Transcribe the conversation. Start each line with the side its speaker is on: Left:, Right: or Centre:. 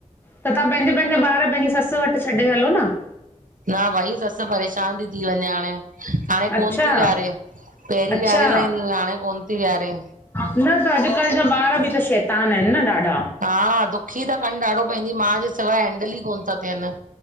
Left: त तां पेंजा पेंजा ॿार पंहिंजी ससु वट छॾे हलो न
Right: न भई ससु परेशान ती थी वञे हाणे हाणे
Left: अच्छा
Right: कोन ती वियारे, पहिरीं
Left: अच्छा
Right: वियारे लाइंदी हुई हाणे कोन ती वियारे
Left: न त अॼुकल्ह जा ॿार बि त शैतान आहिन, न ॾाढा।
Right: हा, दुखी ता कनि ॾाढो पंहिंजी माँ जे सिवाय हैंडल ई कोन था थियनि।